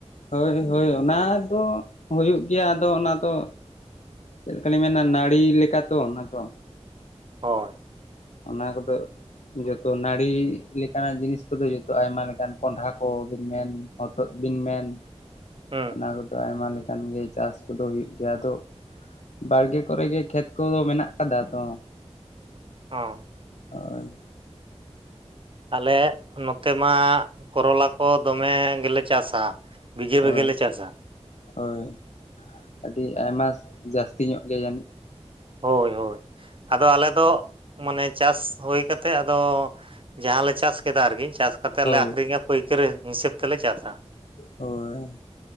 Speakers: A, on the left; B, on the right.
A: ᱦᱳᱭ ᱦᱳᱭ ᱚᱱᱟ ᱫᱚ ᱦᱩᱭᱩᱜ ᱜᱮᱭᱟ ᱟᱫᱚ ᱚᱱᱟ ᱫᱚ ᱪᱮᱜ ᱞᱮᱠᱟ ᱢᱮᱱᱟ ᱱᱟᱲᱤ ᱞᱮᱠᱟ ᱛᱚ ᱚᱱᱟ ᱛᱚ᱾
B: ᱦᱳᱭ
A: ᱚᱱᱟ ᱠᱚᱫᱚ ᱡᱷᱚᱛᱚ ᱱᱟᱹᱲᱤ ᱞᱮᱠᱟᱱᱟᱜ ᱡᱤᱱᱤᱥ ᱠᱚᱫᱚ ᱡᱷᱚᱛᱚ ᱟᱭᱢᱟ ᱞᱮᱠᱟᱱ ᱠᱚᱱᱰᱷᱟ ᱠᱚ ᱵᱮᱱ ᱢᱮᱱ ᱦᱚᱛᱚᱛ ᱵᱤᱱ ᱢᱮᱱ
B: ᱦᱩᱸ
A: ᱚᱱᱟ ᱠᱚᱫᱚ ᱟᱭᱢᱟ ᱞᱮᱠᱟᱱ ᱜᱮ ᱪᱟᱥ ᱠᱚᱫᱚ ᱦᱩᱭᱩᱜ ᱜᱮᱭᱟ ᱟᱫᱚ ᱵᱟᱲᱜᱮ ᱠᱚᱨᱮ ᱜᱮ ᱠᱷᱮᱛ ᱠᱚ ᱫᱚ ᱢᱮᱱᱟᱜ ᱠᱟᱫᱟ ᱛᱚ
B: ᱚᱸ
A: ᱳᱭ
B: ᱟᱞᱮ ᱱᱚᱛᱮ ᱢᱟ ᱠᱚᱨᱚᱞᱟ ᱠᱚ ᱫᱚᱢᱮ ᱜᱮᱞᱮ ᱪᱟᱥᱟ ᱾ ᱵᱤᱡᱟᱹ
A: ᱦᱳᱭ
B: ᱵᱮᱜᱮ ᱞᱮ ᱪᱟᱥᱟ ᱾
A: ᱦᱳᱭ ᱟᱹᱰᱤ ᱟᱭᱢᱟᱥ ᱡᱟᱹᱥᱛᱤ ᱧᱚᱜ ᱜᱮ ᱡᱟᱱᱤᱡ ᱾
B: ᱦᱳᱭ ᱦᱳᱭ ᱟᱫᱚ ᱟᱞᱮ ᱫᱚ ᱢᱟᱱᱮ ᱪᱟᱥ ᱦᱳᱭ ᱠᱟᱛᱮᱫ ᱟᱫᱚ ᱡᱟᱦᱟᱸᱞᱮ ᱪᱟᱥ ᱠᱮᱫᱟ ᱟᱨᱠᱤ ᱪᱟᱥ ᱠᱟᱛᱮᱫ
A: ᱦᱳᱭ
B: ᱞᱮ ᱟᱠᱷᱨᱤᱧᱟ ᱯᱟᱹᱭᱠᱟᱹᱨᱟᱹ ᱦᱤᱥᱟᱹᱵ ᱛᱮᱞᱮ ᱪᱟᱥᱟ ᱾
A: ᱦᱳᱭ